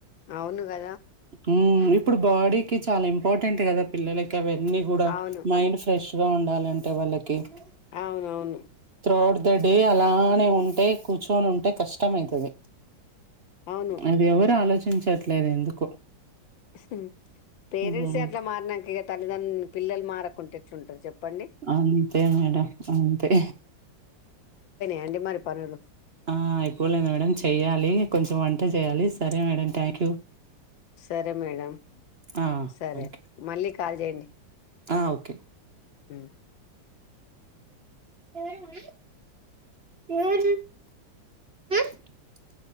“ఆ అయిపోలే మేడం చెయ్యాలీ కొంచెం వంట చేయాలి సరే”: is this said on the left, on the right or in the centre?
Right